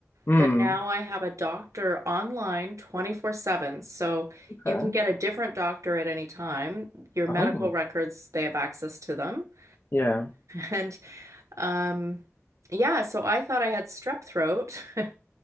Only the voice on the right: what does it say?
but now I have a doctor online 24/7. So
you can get a different doctor at any time. Your medical
records, they have access to them. <laughs>
And um, yeah, so I thought I had strep throat. <laughs>